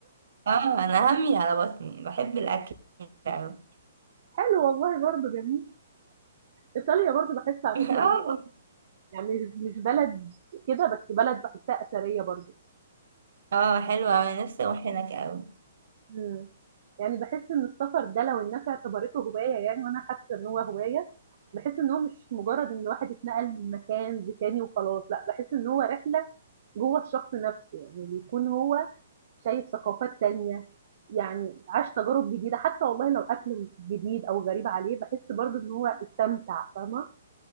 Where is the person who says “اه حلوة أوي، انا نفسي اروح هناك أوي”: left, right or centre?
Right